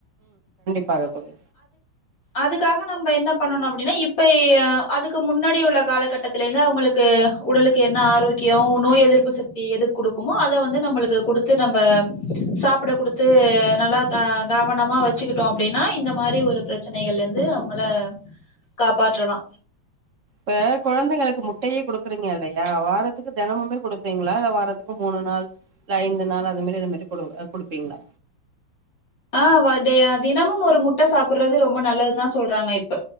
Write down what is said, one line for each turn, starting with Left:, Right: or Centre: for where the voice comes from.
Right: தாக தோழி
Left: அதுக்காக நம்ப என்ன பண்ணணூ அப்டின்னா இப்பய் அதுக்கு முன்னாடி உள்ள காலகட்டத்துலேந்து அவுங்களுக்கு உடலுக்கு என்ன ஆரோக்கியோ நோய் எதிர்ப்பு சக்தி எது குடுக்குமோ அத வந்து நம்மளுக்கு குடுத்து நம்ம சாப்பிட குடுத்து நல்லா க கவனமா வச்சுக்கிட்டோ அப்டின்னா இந்த மாரி ஒரு பிரச்சனைகள்லேந்து அவுங்கள காப்பாற்றலா
Right: ப குழந்தைங்களுக்கு முட்டையே குடுக்குறீங்க இல்லையா வாரத்துக்கு தினமுமே குடுப்பீங்களா இல்ல வாரத்துக்கு மூணு நாள் இல்ல ஐந்து நாள் அது மாரி இது மாரி குடு குடுப்பீங்களா
Left: ஆ வ டே தினமும் ஒரு முட்ட சாப்பிடுறது ரொம்ப நல்லதுதா சொல்றாங்க இப்ப